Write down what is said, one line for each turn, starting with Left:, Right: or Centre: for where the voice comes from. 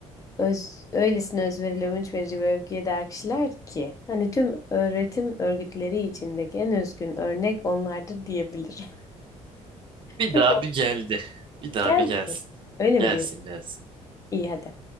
Left: Öz, öylesine özverili, övünç verici ve övgüye değer kişiler ki hani tüm öğretim örgütleri içindeki en özgün örnek onlardır diyebilirim. <laughs>
Right: Bir
Left: Peki
Right: daha
Left: o
Right: bir geldi. Bir daha
Left: geldi
Right: bir gelsin.
Left: mi? Öyle mi
Right: Gelsin
Left: diyorsun?
Right: gelsin.
Left: İyi hadi.